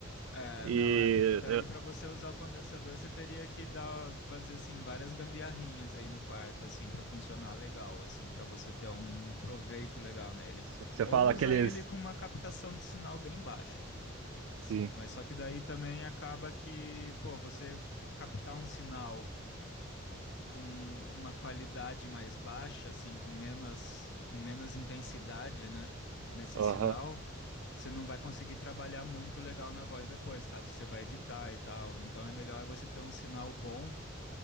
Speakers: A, on the left; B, on the right.
A: É,
B: E
A: não, é, porque daí pra você usar o condensador, você teria que dar, fazer assim várias gambiarrinhas aí no quarto assim pra funcionar legal, assim, pra você ter um proveito legal nele.
B: você
A: Ou
B: fala
A: usar
B: aqueles.
A: ele com uma captação de sinal bem baixa, assim,
B: Sim.
A: mas só que daí também acaba que, pô, você captar um sinal com uma qualidade mais baixa, assim, com menos, com menos intensidade, né? Nesse
B: Aham,
A: sinal, você não vai conseguir trabalhar muito legal na voz depois, caso você vá editar e tal. Então é melhor você ter um sinal bom